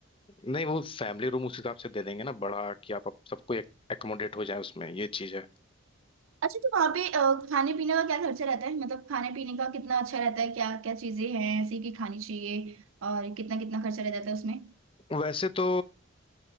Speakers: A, on the left; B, on the right.
A: नहीं वो फैमिली रूम उस हिसाब से दे देंगे ना बड़ा कि आप आप सबको एकोमोडेट हो जाए उसमें ये चीज है
B: अच्छा तो वहां पे अ, खाने पीने का क्या खर्चा रहता है मतलब खाने पीने का कितना अच्छा रहता है क्या क्या चीजें हैं ऐसी कि खानी चाहिए और कितना कितना खर्चा रहता है उसमें
A: वैसे तो